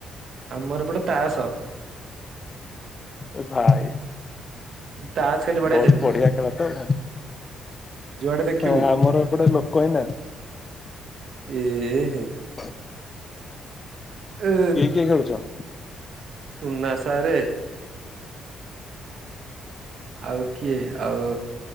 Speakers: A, on the right (about 60°); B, on the left (about 30°).
A: ଆମର ଏପଟେ ତାସ।
B: ଏଭାଇ
A: ତାସ ଖାଲି ବଢିଆ
B: ବହୁତ୍
A: ଚାଲିଛି
B: ବଢ଼ିଆ ଖେଳତ ନା
A: ଯୁଆଡେ ଦେଖିବୁ
B: ହଁ ଆମର ଏପଟେ ଲୋକହିଁ ନାହାନ୍ତି।
A: ଏହେ।
B: <inaudible>
A: ଏ
B: କିଏ କିଏ ଖେଳୁଚ?
A: ଟୁନା ସାରେ ଆଉ କିଏ ଆଉ